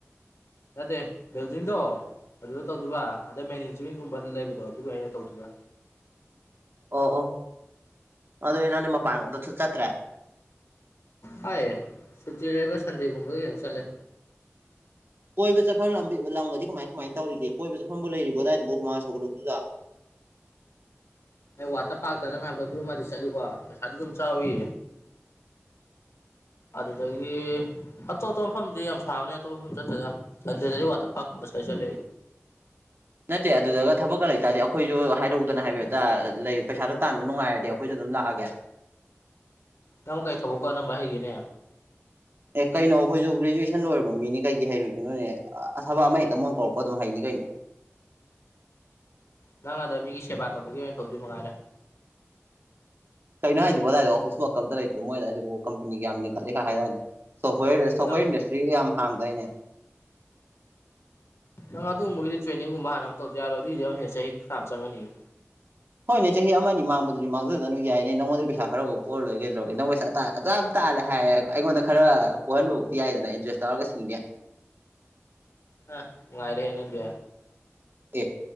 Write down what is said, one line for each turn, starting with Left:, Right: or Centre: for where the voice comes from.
Left: ꯅꯠꯇꯦ ꯕꯤꯜꯗꯤꯡꯗꯣ ꯑꯗꯨꯗ ꯇꯧꯗꯨꯕ ꯑꯗ ꯃꯦꯅꯦꯆꯤꯡꯒꯨꯝꯕ ꯂꯩꯕꯗꯣ ꯑꯗꯨꯒ ꯑꯩꯅ ꯇꯧꯗꯨꯏꯕ
Right: ꯑꯣ ꯑꯣ ꯑꯗꯨꯗꯤ ꯅꯪꯗꯤ ꯃꯄꯥꯟꯒ ꯑꯝꯇꯁꯨꯠ ꯆꯠꯇ꯭ꯔꯦ
Left: ꯍꯣꯏ ꯁꯨꯇꯤ ꯂꯩꯕ ꯁꯟꯗꯦꯒꯨꯝꯕꯗ ꯑꯣꯏꯅ ꯆꯠꯂꯦ
Right: ꯀꯣꯏꯕ ꯆꯠꯐꯝ ꯂꯝꯕꯤ ꯂꯝꯒꯗꯤ ꯀꯃꯥꯏ ꯀꯃꯥꯏꯅ ꯇꯧꯔꯤꯒꯦ ꯀꯣꯏꯕ ꯆꯠꯐꯝꯕꯨ ꯂꯩꯔꯤꯕꯣ ꯑꯗꯨꯋꯥꯏꯗꯨꯕꯨ ꯍꯨꯃꯥ ꯁꯧꯒꯠꯂꯕꯗꯨꯗ
Left: ꯑꯩ ꯋꯥꯇꯔ ꯄꯥꯛꯇꯅ ꯅꯪꯅ ꯍꯥꯏꯕꯗꯣ ꯑꯗꯨ ꯃꯥꯗꯤ ꯆꯠꯂꯤꯀꯣ ꯄꯩꯁꯥꯗꯤ ꯑꯗꯨꯝ ꯆꯥꯎꯏ
Right: <inaudible>
Left: ꯑꯗꯨꯗꯒꯤ ꯑꯇꯣꯞꯄ ꯃꯐꯝꯗꯤ ꯌꯥꯝ ꯁꯥꯕꯅꯦ ꯑꯇꯣꯞꯄ ꯃꯐꯝ ꯆꯠꯇꯗꯅ ꯁꯟꯗꯦꯗꯗꯤ ꯋꯥꯇꯔ ꯄꯥꯛꯛꯀꯨꯝꯕ ꯁ꯭ꯤꯗꯩ ꯆꯠꯂꯦ
Right: ꯅꯠꯇꯦ ꯑꯗꯨꯗꯒ ꯊꯕꯛꯀ ꯂꯩꯇꯥꯥꯔꯗꯤ ꯑꯩꯈꯣꯏꯁꯨ ꯍꯥꯏꯔꯛꯎꯗꯅ ꯍꯥꯏꯐꯦꯠꯇ ꯂꯩ ꯄꯩꯁꯥꯗꯣ ꯇꯥꯟꯕ ꯅꯨꯡꯉꯥꯏꯔꯗꯤ ꯑꯩꯈꯣꯏꯁꯨ ꯑꯗꯨꯝ ꯂꯥꯛꯑꯒꯦ
Left: ꯅꯪꯕꯨ ꯀꯩ ꯊꯕꯛꯄꯨ ꯑꯥꯅꯝꯕ ꯍꯩꯒꯦꯅꯦ
Right: ꯑꯦ ꯀꯩꯅꯣ ꯑꯩꯈꯣꯏꯁꯨ ꯒ꯭ꯔꯦꯖꯨꯋꯦꯁꯟ ꯂꯣꯏꯔꯕ ꯃꯤꯅꯤ ꯀꯩꯒꯤ ꯍꯩꯔꯣꯏꯗꯣꯏꯅꯣꯅꯦ ꯑꯊꯕꯛ ꯑꯃ ꯍꯦꯛꯇ ꯃꯣꯏ ꯀꯧꯔꯛꯄ ꯑꯗꯨꯝ ꯍꯩꯅꯤ ꯀꯩꯅꯣ
Left: ꯅꯪ ꯑꯗ ꯃꯤꯒꯤ ꯁꯦꯕꯥ ꯇꯧꯕꯒꯤ ꯑꯣꯏꯅ ꯇꯧꯗꯣꯏ ꯃꯉꯥꯏꯔꯦ
Right: ꯀꯩꯅꯣ ꯍꯥꯏꯖꯤꯕꯨ ꯑꯗꯨꯋꯥꯏꯗ ꯑꯣꯐꯤꯁ ꯋꯥꯛꯀ ꯑꯝꯇ ꯂꯩꯇ꯭ꯔꯣ ꯃꯣꯏꯗ ꯑꯗꯨꯕꯨ ꯀꯝꯄꯅꯤꯒ ꯌꯥꯝ ꯂꯤꯡꯈꯠꯂꯦꯀꯥꯏ ꯍꯥꯏꯗꯥꯏꯅꯦ ꯁꯣꯐꯋꯦꯔ ꯁꯣꯐꯋꯦꯔ
Left: ꯅꯪ
Right: ꯏꯟꯗꯁꯇ꯭ꯔꯤꯒ ꯌꯥꯝ ꯍꯥꯡꯗꯏꯅꯦ
Left: ꯅꯪ ꯑꯗꯨꯨꯝꯕꯒꯤꯗꯤ ꯇ꯭ꯔꯦꯅꯤꯡꯒꯨꯝꯕ ꯍꯥꯟꯅ ꯑꯃ ꯇꯧꯗ ꯌꯥꯔꯣꯏ ꯑꯗꯨꯏꯒꯤꯗ ꯍꯡ ꯆꯍꯤ ꯐꯅꯥ ꯌꯥꯝꯅ ꯆꯪꯉꯅꯤꯌꯦ
Right: ꯍꯣꯏꯅꯦ ꯆꯍꯤ ꯑꯃꯅꯤ ꯃꯥꯡꯕꯗꯨꯗꯤ ꯃꯥꯡꯖ ꯖꯅꯨ ꯌꯥꯏꯅꯦ ꯅꯉꯣꯟꯗ ꯄꯩꯁꯥ ꯈꯔꯐꯥꯎ ꯄꯨꯔ ꯂꯣꯏꯔꯦ ꯀꯩꯗꯧꯔꯒ ꯅꯪ ꯄꯩꯁꯥ ꯇ ꯑꯗꯨ ꯌꯥꯝ ꯇꯥꯜꯂꯦ ꯍꯥꯏꯔꯦ ꯑꯩꯉꯣꯟꯗ ꯈꯔ ꯄꯣꯛꯍꯟꯕꯕꯧꯇꯤ ꯌꯥꯏꯗꯅ ꯏꯟꯇꯔꯦꯁ ꯇꯧꯔꯒ ꯁꯤꯡꯒꯦ
Left: ꯑ ꯅꯨꯪꯉꯥꯏꯔꯦꯍꯦ ꯅꯪꯗꯤ
Right: ꯑꯦ